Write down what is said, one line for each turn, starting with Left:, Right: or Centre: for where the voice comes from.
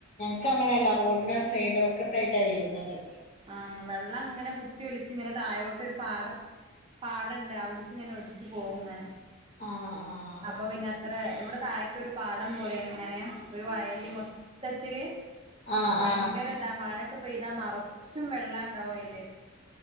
Left: ഒ അങ്ങനെയല്ല റോഡിന്റെ സൈഡും ഒക്കത്തായിട്ടാ വരുന്നത്
Right: ആ വെള്ളം അങ്ങനെ കുത്തിയൊലിച്ച് ഇങ്ങനെ താഴോട്ടൊരു പാടം പാടണ്ട് അവിടക്ക് ഇങ്ങനെ ഒലിച്ച് പോവും ഇങ്ങനെ
Left: ആ ആ
Right: അപ്പൊ പിന്നെ അത്ര ഇവിടെ തഴ ഒരു പാടം പോലെയാണ് ഇങ്ങനെ ഒരു വയൽ മൊത്തത്തില്
Left: ആ
Right: ഭയങ്കരതാ
Left: ആ
Right: മഴയൊക്കെ പെയ്താ നിറച്ചും വെള്ളാണ്ടാവും അതില്